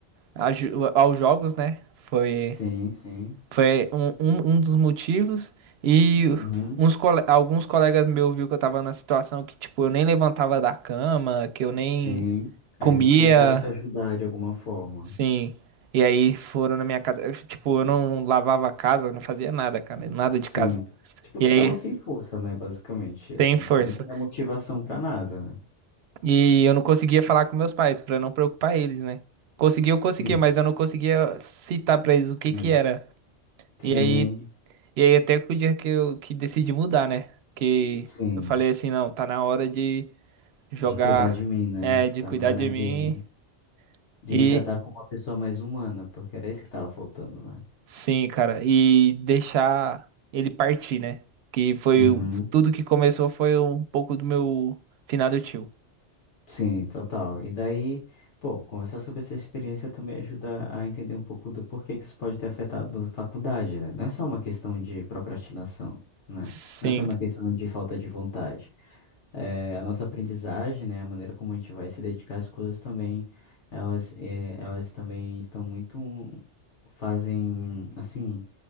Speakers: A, on the right; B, on the left.
A: a ju- aos jogos, né? Foi,
B: Sim, sim.
A: foi um, um, um dos motivos. E
B: Uhum.
A: uns, cole- alguns colegas meus viu que eu tava na situação que, tipo, eu nem levantava da cama, que eu nem
B: Sim.
A: comia.
B: Aí eles tentaram te ajudar de alguma forma.
A: Sim. E aí foram na minha casa. Eu, tipo, eu não lavava a casa, eu não fazia nada, cara. Nada de
B: Sim.
A: casa.
B: Tipo,
A: E
B: tu
A: aí,
B: tava sem força, né? Basicamente, assim,
A: tem força.
B: não tinha motivação pra nada, né?
A: E eu não conseguia falar com meus pais, pra não preocupar eles, né? Conseguia, eu conseguia,
B: Sim,
A: mas eu não conseguia citar pra eles o que
B: sim,
A: que era.
B: sim,
A: E aí, e aí até que o dia que eu que decidi mudar, né? Que
B: sim.
A: eu falei assim, não, tá na hora de jogar,
B: De cuidar de mim, né?
A: é, de
B: Tá
A: cuidar
B: na hora
A: de mim.
B: de, de
A: E,
B: me tratar como uma pessoa mais humana, porque era isso que tava faltando, né?
A: Sim, cara, e deixar ele partir, né? Que foi
B: Uhum.
A: o- tudo que começou foi um pouco do meu finado tio.
B: Sim, total. E daí, pô, conversar sobre essa experiência também ajuda a entender um pouco do porquê que isso pode ter afetado a faculdade, né? Não é só uma questão de procrastinação, né?
A: Sim,
B: Não é só uma questão de falta de vontade. eh, a nossa aprendizagem, né, a maneira como a gente vai se dedicar às coisas também, elas, eh, elas também estão muito, fazem, assim,